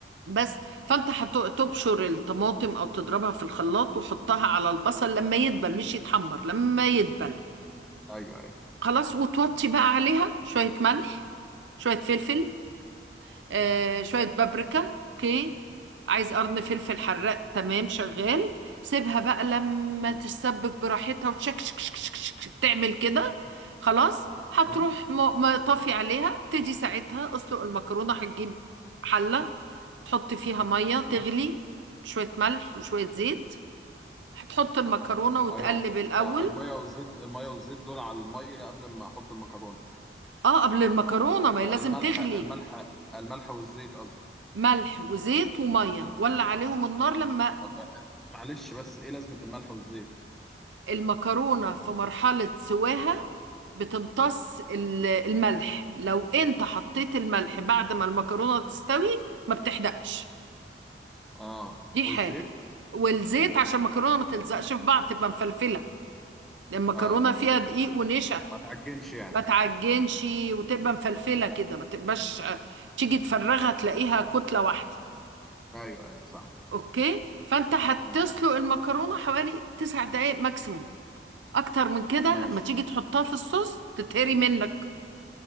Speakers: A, on the right (about 85°); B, in the centre.
A: بس فانت هتبشر الطماطم او تضربها في الخلاط وحطها على البصل لما يدبل مش يتحمر لما يدبل
B: ايوه ايوه
A: خلاص وتوطي بقى عليها شويه ملح شويه فلفل آه شوية بابريكا اوكي عايز قرن فلفل حراق تمام شغال سيبها بقى لما
B: مم.
A: تتسبك براحتها وتشك شك شك شك شك تعمل كده خلاص هتروح
B: مم.
A: م- م- طافي عليها ابتدي ساعتها اسلق المكرونة هتجيب حلة تحط فيها مية تغلي
B: مم.
A: شوية ملح وشوية زيت هتحط المكرونة وتقلب
B: ميه و...
A: الأول
B: آه، الميه والزيت الميه والزيت دول على الميه قبل ما احط المكرونه
A: اه قبل المكرونة ما
B: ال-
A: هي لازم
B: الملح
A: تغلي
B: الملح الملح والزيت قصدي
A: ملح وزيت ومية ولع عليهم النار لما
B: طب آه، معلش بس ايه لازمه الملح والزيت
A: المكرونة في مرحلة سواها بتمتص ال- الملح لو انت حطيت الملح بعد ما المكرونة تستوي ما بتحدقش
B: اه
A: دي
B: والزيت
A: حاجة والزيت عشان المكرونة ما تلزقش في بعض تبقى مفلفلة لأن المكرونة
B: اه ماشي
A: فيها دقيق ونشا
B: ما تعجنش يعني
A: ما تعجنش وتبقى مفلفلة كده ما تبقاش تيجي تفرغها تلاقيها كتلة واحدة
B: ايوه ايوه صح
A: اوكي فانت هتسلق
B: ماشي
A: المكرونة حوالي تسع دقايق ماكسيموم اكتر من كده
B: ماشي
A: ما تيجي تحطها في الصوص تتهري منك